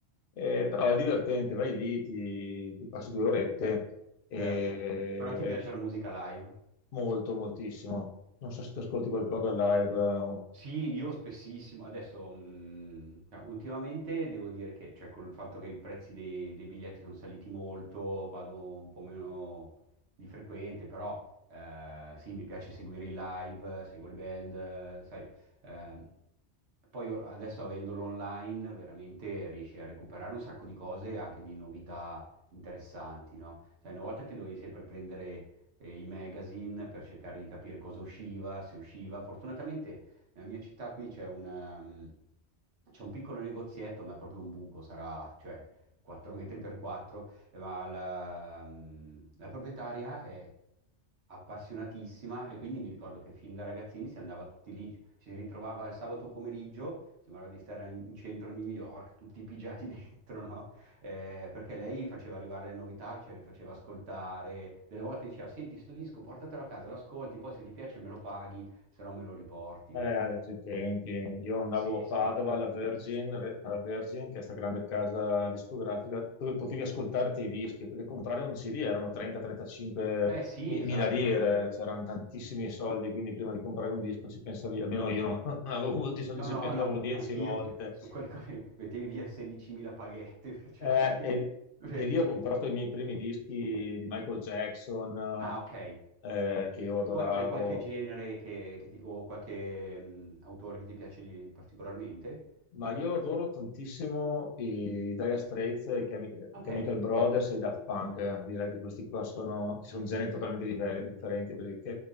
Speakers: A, on the left (about 60°); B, on the right (about 70°).
A: eh, però è divertente, vai lì, ti, ti passi due orette, e
B: certo. Però ti piace la musica live?
A: molto, moltissimo. Non so se tu ascolti qualcosa live.
B: Sì, io spessissimo. Adesso, mh, no, ultimamente devo dire che, cioè, col fatto che i prezzi dei, dei biglietti sono saliti molto, vado un po' meno di frequente, però eh, sì, mi piace seguire i live, seguo le band, eh, sai. eh, poi o- adesso avendolo online, veramente riesci a recuperare un sacco di cose e anche di novità interessanti, no? Sai, una volta ti dovevi sempre prendere eh, i magazine per cercare di capire cosa usciva, se usciva. Fortunatamente nella mia città qui c'è un, ehm, c'è un piccolo negozietto, ma è proprio un buco, sarà, cioè, 4 metri per 4, ma la, mm, la proprietaria è appassionatissima e quindi mi ricordo che fin da ragazzini si andava tutti lì, ci si ritrovava il sabato pomeriggio, sembrava di stare in in centro New York, tutti pigiati <laughs> dentro, no? Eh, perché lei faceva arrivare le novità, ce le faceva ascoltare, delle volte diceva, senti, sto disco, portatelo a casa, l'ascolti, poi se ti piace me lo paghi, se no me lo riporti,
A: Eh,
B: no?
A: altri tempi. Io andavo
B: Sì,
A: a
B: sì.
A: Padova alla Virgin, re- alla Virgin, che è questa grande casa discografica, dove potevi ascoltarti i dischi, perché comprare un CD erano 30-35
B: Eh sì,
A: mi- mila
B: esatto.
A: lire, c'erano tantissimi soldi, quindi prima di comprare un disco ci pensavi, almeno io non, <laughs> non avevo molti soldi,
B: No,
A: ci
B: no,
A: pensavo
B: no,
A: 10
B: anch'io,
A: volte.
B: cioè, su quelle cose mettevi via 16.000 paghette per cercare
A: Eh, e,
B: di... <laughs> Cioè,
A: e lì ho comprato i miei primi dischi di Michael Jackson,
B: Ah, ok.
A: eh, che io adoravo.
B: Tu hai hai qualche genere che, che ti- o qualche mh, autore che ti piace di- particolarmente?
A: Ma io adoro tantissimo i Dire Straits, i Chemi- i
B: Ok,
A: Chemical Brothers e i Daft Punk. Direi che questi qua sono, sono generi totalmente difer- differenti perché